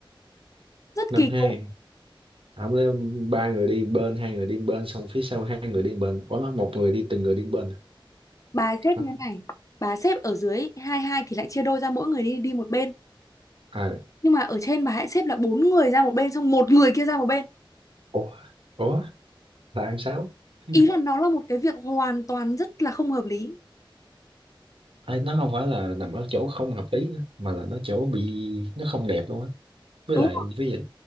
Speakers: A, on the left (about 35°); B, on the right (about 75°).
A: rất
B: Năm
A: kỳ
B: hai
A: cục
B: ông lấy ba người đi bên hai người đi bên xong phía sau hai người đi bên ủa một người đi từng người đi bên
A: bà xếp
B: hả?
A: như thế này bà xếp ở dưới hai hai thì lại chia đôi ra mỗi người đi đi một bên
B: à
A: nhưng mà ở trên bà hãy xếp là bốn người ra một bên xong một người kia ra một bên
B: ủa ủa là ăn sáu Ừ.
A: ý là nó là một cái việc hoàn toàn rất là không hợp lý
B: Ê, nó không phải là nằm ở chỗ không hợp lý nữa, mà là nó chỗ bị nó không đẹp luôn á với
A: đúng
B: lại
A: không?
B: ví dụ